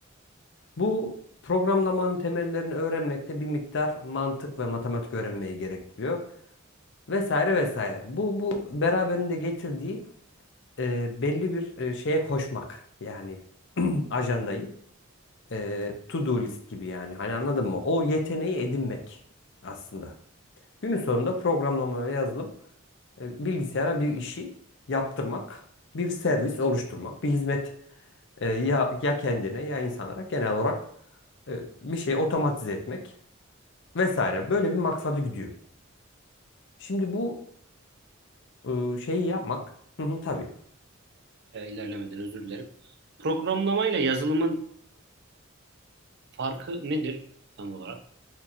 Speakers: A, on the left; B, on the right.
A: Bu programlamanın temellerini öğrenmekte bir miktar mantık ve matematik öğrenmeyi gerektiriyor vesaire vesaire. Bu bu beraberinde getirdiği e, belli bir e, şeye koşmak yani <clears throat> ajandayı e, to-do list gibi yani hani anladın mı? O yeteneği edinmek aslında. Günün sonunda programlama ve yazılım e, bilgisayara bir işi yaptırmak, bir servis oluşturmak, bir hizmet e, ya ya kendine ya insanlara genel olarak e, bir şeyi otomatize etmek. vesaire böyle bir maksadı gidiyor. Şimdi bu e, şeyi yapmak hı hı, tabii.
B: Ee, ilerlemeden özür dilerim. Programlamayla yazılımın farkı nedir tam olarak?